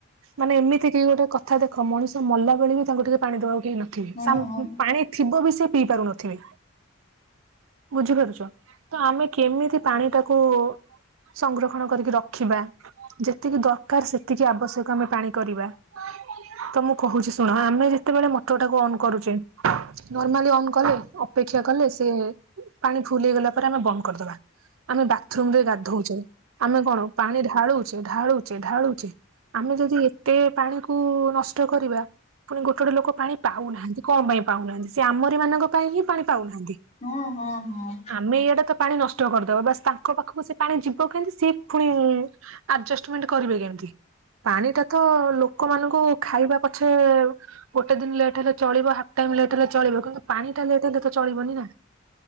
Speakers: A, on the right; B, on the left.
A: ମାନେ ଏମିତି କିି ଗୋଟେ କଥା ଦେଖ ମଣିଷ ମଲା ବେଳେ ବି ତାଙ୍କୁ ଟିକେ ପାଣି ଦବାକୁ କେହି ନଥିବେ
B: ହୁଁ ହୁଁ
A: ପାଣି ଥିବ ବି ସେ ପିଇ ପାରୁନଥିବେ ବୁଝିପାରୁଛ ତ ଆମେ କେମିତି ପାଣି ଟାକୁ ସଂରକ୍ଷଣ କରିକି ରଖିବା ଯେତିକି ଦରକାର ସେତିକି ଆବଶ୍ୟକ ଆମେ ପାଣି କରିବା ତ ମୁଁ କହୁଛି ଶୁଣ ଆମେ ସେତେବେଳେ ମଟରଟାକୁ ଅନ୍ କରୁଛେ ନର୍ମାଲି ଅନ୍ କଲେ ଅପେକ୍ଷା କଲେ ସେ ପାଣି ଫୁଲ ହେଇଗଲା ପରେ ଆମେ ବନ୍ଦ କରିଦବା ଆମେ ବାଥରୁମ ରେ ଗାଧଉଛେ ଆମେ କଣ ପାଣି ଢାଳୁଛେ ଢାଳୁଛେ ଢାଳଛେ ଆମେ ଯଦି ଏତେ ପାଣିକୁ ନଷ୍ଟ କରିବା ପୁଣି ଗୋଟେ ଲୋକ ପାଣି ପାଉନାହାନ୍ତି କଣ ପାଇଁ ପାଉନାହାନ୍ତି ସେ ଆମ ମାନଙ୍କ ପାଇଁ ହିଁ ପାଣି ପାଉନାହାନ୍ତି
B: ହୁଁ ହୁଁ ହୁଁ।
A: ଆମେ ଏଇଟା ତ ପାଣି ନଷ୍ଟ କରିଦବ ବାସ୍ ତାଙ୍କ ପାଖକୁ ସେ ପାଣି ଯିବ କେମିତି ସି ପୁଣି ଆଡଜଷ୍ଟମେଣ୍ଟ କରିବେ କେମିତି ପାଣି ଟା ତ ଲୋକମାନଙ୍କୁ ଖାଇବା ପଛେ ଗୋଟେ ଦିନ ଲେଟ୍ ହେଲେ ଚଳିବ ହାଫ ଟାଇ ଲେଟ୍ ହେଲେ ଚଳିବ କିନ୍ତୁ ପାଣି ଟା ଲେଟ୍ ହେଲେ ତ ଚଳିବନି ନା